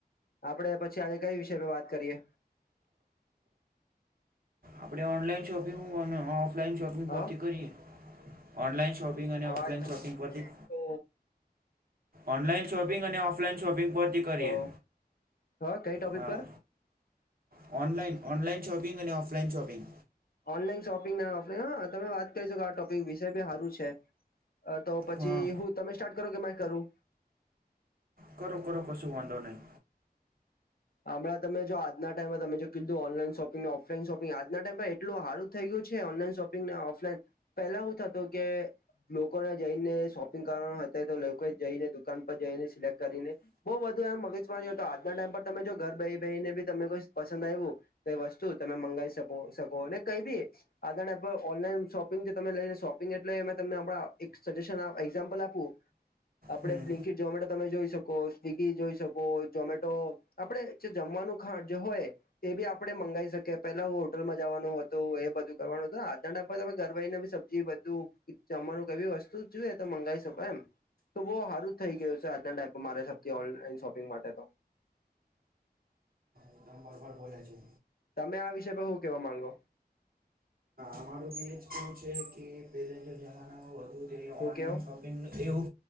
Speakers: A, on the left (about 65°); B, on the right (about 65°).
A: આપડે પછી આજે કઈ વિષય પર વાત કરીએ?
B: આપડે ઓનલાઈન શોપિંગ હું ઓફલાઈન શોપિંગ
A: હા
B: પરથી કરીએ. ઓનલાઈન શોપિંગ અને
A: અવાજ
B: ઓફલાઈન
A: તમારો
B: શોપિંગ પરથી
A: નથી આપતો
B: ઓનલાઈન શોપિંગ અને ઓફલાઈન શોપિંગ. પરથી કરીએ.
A: હેલો હા કઈ ટોપિક
B: હા.
A: પર
B: ઓનલાઈન ઓનલાઈન શોપિંગ અને ઓફલાઈન શોપિંગ.
A: ઓનલાઈન શોપિંગ ના ઓફલાઈન હા, તમે વાત કરી શકો કે આ ટોપિક વિષય બી, સારું છે. તો પછી
B: હા
A: હું તમે સ્ટાર્ટ કરો કે મે કરું?
B: કરો કરો કશું વાંધો નઈ.
A: હમણાં તમે જો આજના ટાઈમેમાં તમે જો કીધું ઓનલાઈન શોપિંગને ઓફલાઈન શોપિંગ આજના ટાઈમમાં એટલુ હારુ થઈ ગયું છે ઓનલાઈન શોપિંગ ને ઓફલાઈન. પેલા હું થતું કે લોકોને જઈને શોપિંગ કરવાનું હતા તો લોકો જઈને દુકાન પર જઈને સિલેક્ટ કરીને બો બધુ એમ મગજમારી હતો આજના ટાઈમ પર તમે જો ઘર બેહ બેહી ને બી તમને કોઈ પસંદ આવ્યું કઈ વસ્તુ તમે મંગાવી શકો શકો ને કઈ બી આધ ઓનલાઈન શોપિંગ તમે લઈને શોપિંગ એટલે તમને એક સજેશન એઝામ્પલ આપું. આપડણે
B: હમ
A: બ્લિંકી જોમેટો તમે જોઈ શકો સ્વિગી જોઈ શકો ઝમેટો આપડે જે જમવાનું ખાણ જે હોય. એ બી આપણે મંગાવ શકીએ પેલા હું હોટલમાં જવાનું હતું એ બધું કરવાનું હતું આજના ટાઈમ પર તમે ઘર ભાઈને બી સબ બધું જમવાનું કઈ બી વસ્તુ જોઈએ તો મંગાવી શકો એમ, તો બહ હારું થઈ ગયું છે. આજના ટાઈમ પર મારે સથી ઓનલાઈન શોપિંગ માટે તો.
B: એકદમ બરબર બોલાય છે.
A: તમે આ વિષય ભ શું કેવા માંગો?
B: <unintelligible> એવું
A: હું કેવો